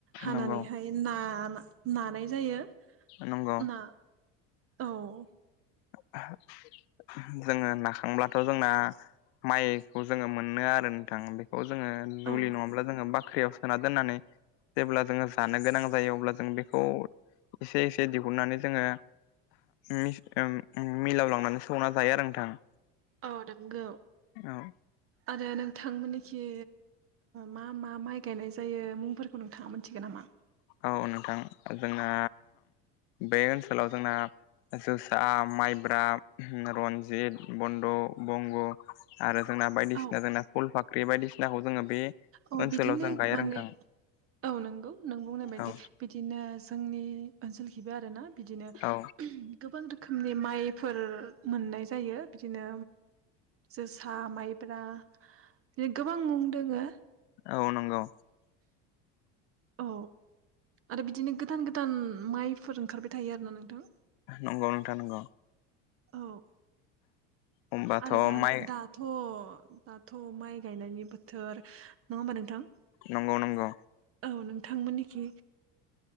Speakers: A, on the right; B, on the left.
A: हानानैहाय
B: नंगौ
A: ना-नानाय जायो।
B: नोंगौ
A: ना औ
B: <inaudible> जोङो नाखांब्लाथ' जोंना माइखौ जोङो मोनो आरो नोंथां बे खौ जोङो दुलि
A: औ
B: नङाब्ला जोङो बाख्रियाव सोना दोननानै जेब्ला जोङो जानो गोनां जायो अब्ला जों बेखौ एसे एसे दिहुननानै जोङो मिस उम उम मिलावलांनानै सौना जायो आरो नोंथां।
A: औ नोंगौ
B: औ
A: आरो नोंथांमोननिखि मा मा माइ गायनाय जायो मुंफोरखौ नोंथाङा मोनथिगोन नामा?
B: औ नोंथां जोंना बे ओनसोलाव जोंना जोसा माइब्रा रनजित बन्द' बंग'। आरो जोंना बायदिसिना
A: औ
B: जोंना फुल फाख्रि बायदिसिनाखौ जोङो। बे
A: औ
B: ओनसोलाव
A: बिदिनो
B: जों गाया
A: माने
B: नोंथां
A: औ नंगौ नों बुंनाय बायदि
B: औ
A: बिदिनो जोंनि ओनसोलथिं आरो ना बिदिनो
B: औ
A: गोबां रोखोमनि माइफोर मोननाय जायो। बिदिनो जोसा माइब्रा बि गोबां मुं दोङो
B: औ नोंगौ।
A: औ आरो बिदिनो गोदान गोदान माइफोर ओंखारबाय थायो आरोना नोंथां।
B: नंगौ नोंथां नंगौ
A: औ
B: होमबाथ'
A: आरो
B: माइ
A: दाथ' दाथ' माइ गायनायनि बोथ थ नङा होमबा नोंथां।
B: नंगौ नंगौ।
A: औ नोंथांमोननिखि